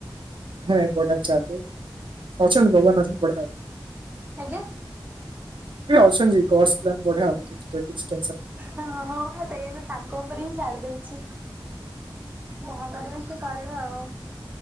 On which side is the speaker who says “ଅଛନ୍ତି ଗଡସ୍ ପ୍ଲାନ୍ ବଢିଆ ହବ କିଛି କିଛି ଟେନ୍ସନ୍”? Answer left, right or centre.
Right